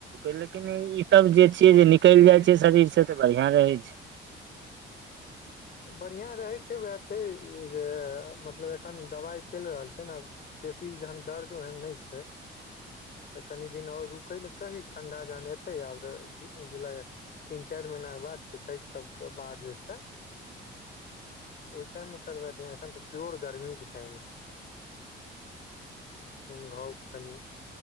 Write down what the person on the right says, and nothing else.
लेकिन ई सब जे छियै जे निकलि जाय छै शरीर से तॅं बढ़ियाॅं रहै छै।